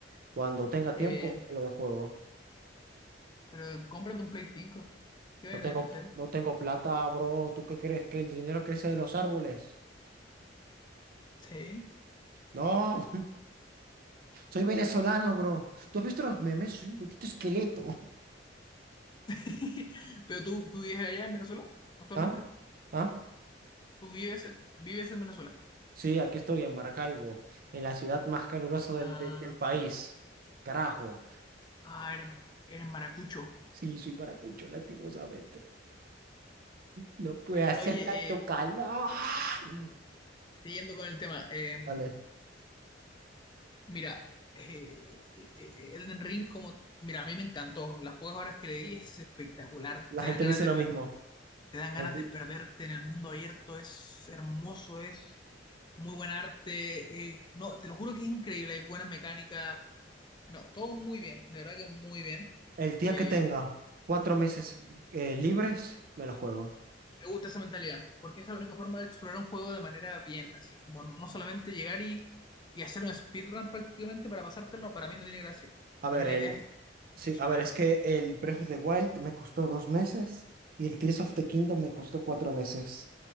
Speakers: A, on the right; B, on the left.
A: Cuando tenga
B: Qué
A: tiempo,
B: bien.
A: lo de juego.
B: Pero cómprate un Play 5. ¿Qué va
A: No
B: a tener
A: tengo,
B: PC?
A: no tengo plata, bro. ¿Tú qué crees? ¿Que el dinero crece de los árboles?
B: Sí.
A: No, <laughs> soy venezolano, bro. ¿Tú has visto los memes? Soy un poquito esqueleto.
B: <laughs> Pero tú, tú vives allá en Venezuela actualmente.
A: <laughs> ¿Ah? ¿Ah?
B: Tú vives en, vives en Venezuela.
A: Sí, aquí estoy en Maracaibo, en la ciudad más calurosa del,
B: Ah.
A: de- del país. Carajo.
B: Ah, eres, eres maracucho.
A: Sí, soy paracucho, lastimosamente. No puede hacer
B: Oye,
A: tanto
B: eh,
A: calor. Ay,
B: siguiendo con el tema, eh,
A: Dale.
B: mira, eh, eh, eh, Elden Ring, como, mira, a mí me encantó. Las pocas horas que le di es espectacular.
A: La
B: Te
A: gente
B: dan ganas
A: dice
B: de
A: lo
B: per-
A: mismo.
B: te dan ganas
A: La gente-
B: de perderte en el mundo abierto. Es hermoso, es muy buen arte. eh, no, te lo juro que es increíble. Hay buena mecánica. No, todo muy bien, de verdad que muy bien.
A: El día
B: Eh,
A: que tenga cuatro meses eh, libres, me lo juego.
B: Me gusta esa mentalidad, porque es la única forma de explorar un juego de manera bien, así como no solamente llegar y, y hacer un speedrun prácticamente para pasártelo, para mí no tiene gracia.
A: A
B: Para
A: ver,
B: mí la
A: el.
B: idea es
A: Sí,
B: explorar
A: a ver, es que el Breath of the Wild me costó dos meses y el Tears of the Kingdom me costó cuatro meses.